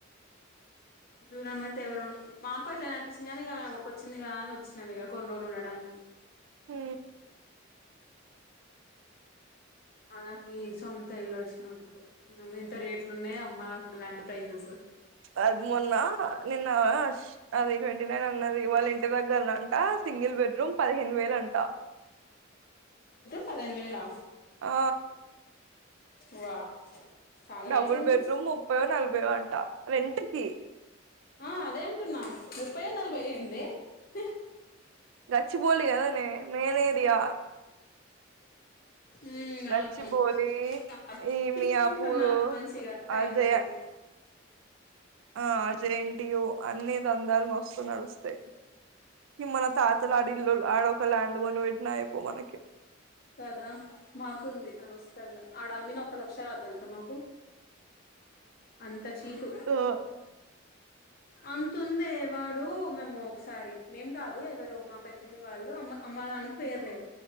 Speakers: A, on the left; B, on the right.
A: నువ్వు నమ్మితే ఎవరు ఉం మాకు అట్లానే అనిపించింది కానీ ఇక అక్క ఓచ్చింది కదా అని వచ్చినాము ఇక కొన్ని రోజులు ఉండడానికి
B: హ్
A: అల్లకి సొంత ఇల్లు వచ్చినప్పుడు ఎంత రేట్లు ఉన్నాయ అమ్మా బ్లాండ్ ప్రైజెస్
B: అది మొన్న నిన్న అది ట్వంటీ నైన్ అన్నది వాళ్ళ ఇంటి దగ్గర ట సింగిల్ బెడ్ రూమ్ పదిహేను వేల అంటా
A: పదిహెను వేలా
B: ఆ
A: వా చాలా
B: డబుల్
A: రేట్ ఉంది
B: బెడ్రూమ్ ముప్పయో నలభై అంట రెంట్ కి
A: ఆ అదే అంటున్నా ముప్పయో నలభై ఎంది ఎ
B: గచ్చిభౌలి కదేనే మెయిన్ ఏరియా
A: ఊ అవును
B: గచ్చిబౌలి
A: <unintelligible>
B: ఈ
A: తీసుకుంటున్నారు
B: మియాపూరు
A: మంచిగా టైం
B: అజయ
A: దొరికి
B: ఆ జె ఎన్ టి యు అన్ని దందాలు మస్తు నడుస్తాయి ఈ మన తాతలు ఆడిల్లు ఆడొక ల్యాండ్ కొనిపెట్టిన అయిపోవు మనకి
A: కదా మాకుంది అనవసరంగా ఆడ అమ్మిన ఒక లక్ష రాదు తెలుసా మాకు అంత చీపు
B: ఆ
A: అంతుందే వాడు మేము ఒకసారి మేం కాదు ఎవరో మా పెద్దమ్మ వాళ్లు అమ్ అమ్మ డానికి పోయిర్రు